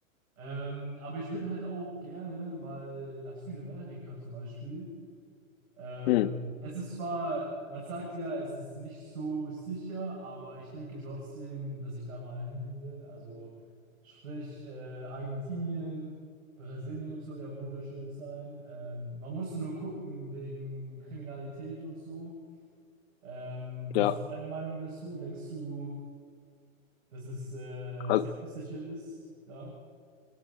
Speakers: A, on the right (about 75°); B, on the left (about 50°).
A: Ähm, aber ich würde halt auch gerne mal nach Südamerika zum Beispiel. Ähm,
B: Mhm.
A: es ist zwar, man sagt ja, es ist nicht so sicher, aber ich denke trotzdem, dass ich da mal hingehen will. Also sprich, äh, Argentinien, Brasilien soll ja wunderschön sein. Ähm, man muss nur gucken wegen Kriminalität und so. Ähm, was
B: Ja,
A: ist deine Meinung dazu? Denkst du, dass es äh,
B: Al-
A: selbstsicher ist da?